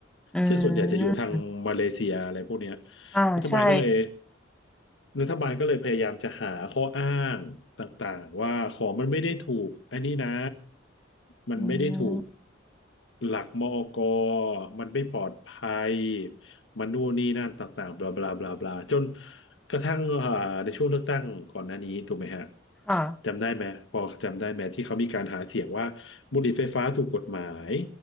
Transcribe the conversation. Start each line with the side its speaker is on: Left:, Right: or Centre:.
Centre: อื
Left: ซึ่งส่วนใหญ่จะอยู่ทางมาเลเซียอะไรพวกเนี้ย
Centre: มอ่าใช่
Left: รัฐบาลก็เลยรัฐบาลก็เลยพยายามจะหาข้ออ้างต่างๆว่าของมันไม่ได้ถูกอันนี้นะมันไม่ได้ถูก
Centre: อืม
Left: หลักมอกมันไม่ปลอดภัยมันนู่นนี่นั่นต่างๆบลาบลาบลาบลาจนกระทั่งอ่าในช่วงเลือกตั้งก่อนหน้านี้ถูกไหมฮะ
Centre: ค่ะ
Left: จำได้ไหมพอจำได้ไหมที่เขามีการหาเสียงว่าบุหรี่ไฟฟ้าถูกกฎหมาย